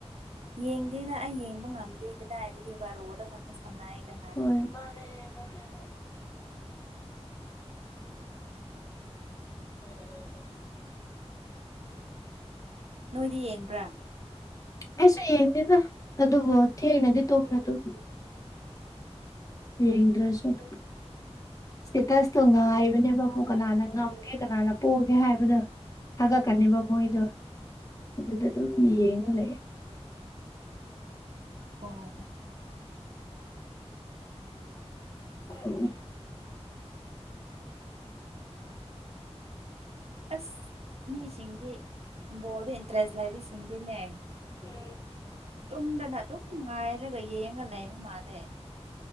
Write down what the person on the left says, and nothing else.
ꯑꯝ ꯃꯥꯟꯅꯦ ꯃꯥꯟꯅꯦ <unintelligible>
ꯑꯩꯁꯨ ꯌꯦꯡꯗꯦꯗ ꯑꯗꯨꯕꯨ ꯊꯦꯡꯅꯗꯤ ꯇꯨꯝꯃꯦ ꯑꯗꯨꯝ ꯌꯦꯡꯗꯔꯁꯨ ꯑꯗꯨꯝ ꯏꯤꯁꯇꯦꯇꯁꯇꯣ ꯉꯥꯏꯕꯅꯦꯕ ꯃꯨꯛ ꯀꯅꯥꯅ ꯉꯝꯒꯦ ꯀꯅꯥꯅ ꯄꯣꯒꯦ ꯍꯥꯏꯕꯗꯣ ꯊꯥꯒꯠꯀꯥꯅꯦꯕ ꯃꯣꯏꯗꯣ ꯑꯗꯨꯗ ꯑꯗꯨꯝ ꯌꯦꯡꯉ ꯂꯩꯔꯦ
ꯎꯝ
ꯎꯝ